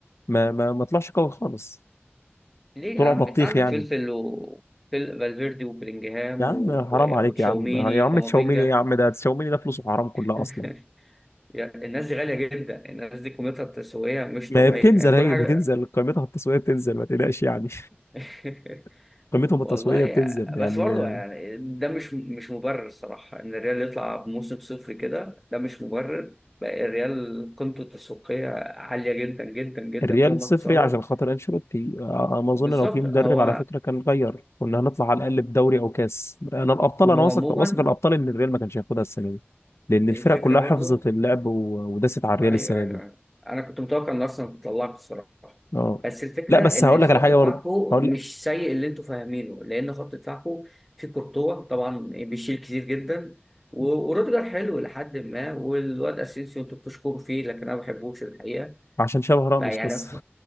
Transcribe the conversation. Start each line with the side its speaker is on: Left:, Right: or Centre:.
Left: ما ما ما طلعش قوي خالص
Centre: ليه
Left: طلع
Centre: يا عم
Left: بطيخ
Centre: انت عندك
Left: يعني
Centre: فلفل و فل- فالفيردي وبلينجهام
Left: يا عم
Centre: و...
Left: حرام
Centre: وتشاوميني
Left: عليك يا عم يا عم
Centre: كامافينجا
Left: تشاوميني يا عم ده تشاوميني ده فلوسه حرام كلها
Centre: <laughs>
Left: اصلا
Centre: يعني الناس دي غاليه جدا الناس دي قيمتها التسويقيه مش
Left: ما
Centre: طبيعيه
Left: هي بتنزل
Centre: يعني
Left: هي
Centre: كل حاجه
Left: بتنزل قيمتها التسويقيه بتنزل ما تقلقش يعني
Centre: <laughs>
Left: <laughs> قيمتهم
Centre: والله
Left: التسويقيه
Centre: يا-
Left: بتنزل
Centre: بس
Left: يعني
Centre: برضه
Left: آه،
Centre: يعني ده مش مش مبرر الصراحة إن الريال يطلع بموسم صفر كده ده مش مبرر بقى الريال قيمته التسويقية عالية جدا جدا جدا
Left: الريال
Centre: فوق ما
Left: صفري
Centre: تتصور
Left: عشان خاطر انشيلوتي آه، ما اظن
Centre: بالظبط
Left: لو في مدرب
Centre: هو
Left: على فكره كان غير كنا هنطلع على الاقل بدوري او كاس انا الابطال
Centre: وعموما
Left: انا واثق واثق الابطال ان الريال ما كانش هياخدها السنه دي لان
Centre: الفكرة
Left: الفرق كلها
Centre: برضه
Left: حفظت اللعب و- وداست على الريال
Centre: ايوه
Left: السنه
Centre: ايوه
Left: دي
Centre: أيوة. انا كنت متوقع ان اصلا تطلعك الصراحه
Left: اه
Centre: بس الفكره
Left: لا بس
Centre: ان
Left: هقول لك
Centre: خط
Left: على حاجه
Centre: دفاعكم
Left: برضه هقول لك
Centre: مش سيء اللي انتوا فاهمينه لان خط دفاعكم في كورتوا طبعا بيشيل كتير جدا و- وروديجر حلو لحد ما والواد اسينسيو انتوا بتشكروا فيه لكن انا ما بحبوش الحقيقه
Left: عشان شبه راموس
Centre: فيعني
Left: بس
Centre: خ...